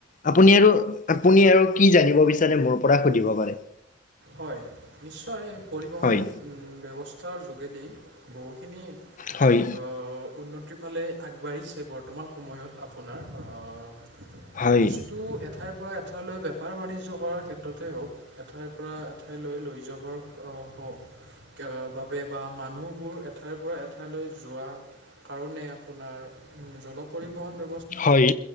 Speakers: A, on the left (about 40°); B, on the right (about 65°).
A: আপুনি আৰু আপুনি আৰু কি জানিব বিচাৰে মোৰ পৰা সুধিব পাৰে।
B: হয়, নিশ্চয় পৰিবহণ
A: হয়
B: ব্যৱস্থাৰ যোগেদি বহুখিনি অহ,
A: হয়
B: উন্নতিৰ ফালে আগবাঢ়িছে বৰ্তমান সময়ত আপোনাৰ অহ
A: হয়
B: বস্তু এঠাইৰ পৰা এঠাইলৈ বেপাৰ বাণিজ্য কৰাৰ ক্ষেত্ৰতে হওঁক এঠাইৰ পৰা এঠাইলৈ লৈ যাব অহ অহ, বাবে বা মানুহবোৰ এঠাইৰ পৰা এঠাইলৈ যোৱা কাৰণে আপোনাৰ জল পৰিবহণ ব্যৱস্থা
A: হয়।